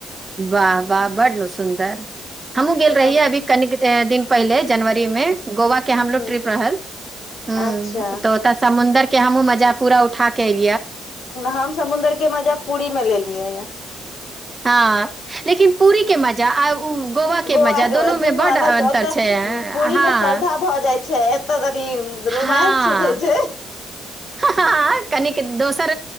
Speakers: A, on the right (about 25°); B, on the left (about 75°).
A: वाह वाह बड्ड सुन्दर हमहुँ गेल
B: ओतऽ
A: रहियै अभी कनिक ए दिन पहिले जनवरी मे गोवा के हमरो
B: ह
A: ट्रिप रहल हूँ
B: अच्छा
A: तऽ ओतऽ समुदर के हमहूँ मजा पूरा उठा के ए-
B: हम समुद्र के मजा पूरी मे ले लियै या
A: हँ लेकिन पूरी के मजा आ उ गोवा
B: गोव
A: मजा
B: के
A: दोनो
B: ब दुनू
A: मे बड्ड
B: अलग
A: अन्तर
B: छै ओतऽ पूरी
A: हँ
B: मे श्रद्धा भऽ जाइ छै त <unintelligible> रोमांस
A: हँ
B: सुझैय छै
A: हँ कनिक दोसर